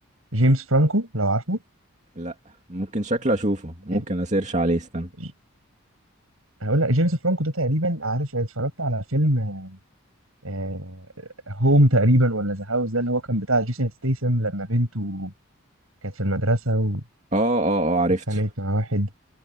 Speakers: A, on the right (about 90°); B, on the right (about 35°).
A: جيمس فرانكو لو عارفه
B: لا ممكن شكله اشوفه ممكن
A: ال-
B: اسيرش عليه استنى
A: ج- هقول لك جيمس فرانكو ده تقريبا عارف اتفرجت على فيلم آه هوم تقريبا ولا ذا هاوس ده اللي هو كان بتاع جيسون ستيسم لما بنته كانت في المدرسة و-
B: اه اه اه عرفته
A: واتخانقت مع واحد